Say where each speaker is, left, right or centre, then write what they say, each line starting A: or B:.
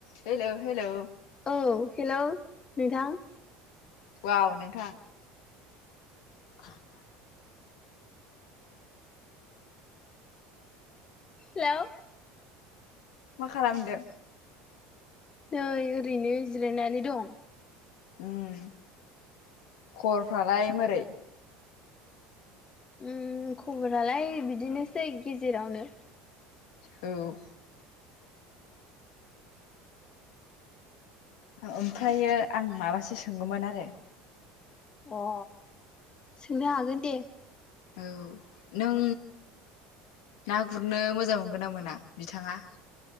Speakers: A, on the left (about 75°); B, on the left (about 30°).
A: Hello hello
B: औ hello नोंथां
A: वाव नोंथां <inaudible>
B: हेलौ
A: मा खालामदो
B: नै ओरैनो जिरायनानै दं
A: उम खबफ्रालाय मारै
B: ओम खबरालाय बिदिनोसै गेजेरावनो
A: औ ओमफ्राय आं माबासो सोंगौमोन आरो
B: अ सोंनो हागोन दे
A: औ नों ना गुरनो मोजां मोनगोना मोना बिथाङा